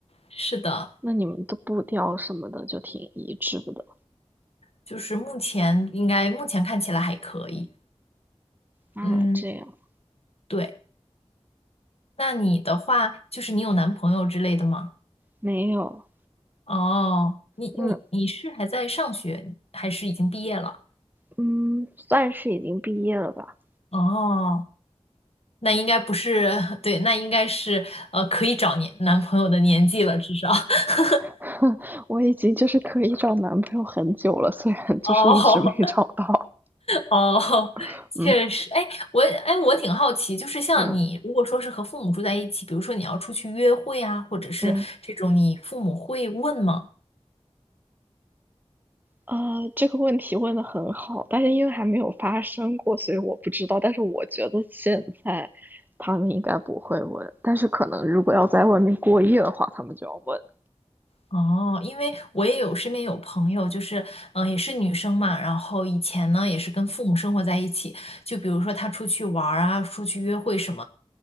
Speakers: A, on the left (about 65°); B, on the right (about 15°).
A: 是的。
B: 那你们的步调什么的就挺一致的。
A: 就是目前应该目前看起来还可以。
B: 啊，
A: 嗯，
B: 这样，
A: 对。那你的话，就是你有男朋友之类的吗？
B: 没有，
A: 哦，你你你是还在上学，
B: 嗯
A: 还是已经毕业了？
B: 嗯，算是已经毕业了吧？
A: 哦，那应该不是，<laughs> 对，那应该是呃可以找年男朋友的年纪了，至少。<laughs>
B: <laughs> 我已经就是可以找男朋友很久了，虽然就是一直没找到。
A: 哦哦，
B: <laughs>
A: 确实，
B: 嗯
A: 哎，我哎，我挺好奇，就是像你，
B: 嗯
A: 如果说是和父母住在一起，比如说你要出去约会啊，或者是这种，
B: 嗯。
A: 你父母会问吗？
B: 呃，这个问题问的很好，但是因为还没有发生过，所以我不知道。但是我觉得现在他们应该不会问，但是可能如果要在外面过夜的话，他们就要问。
A: 哦，因为我也有身边有朋友，就是嗯、呃也是女生嘛，然后以前呢也是跟父母生活在一起，就比如说她出去玩儿啊，出去约会什么，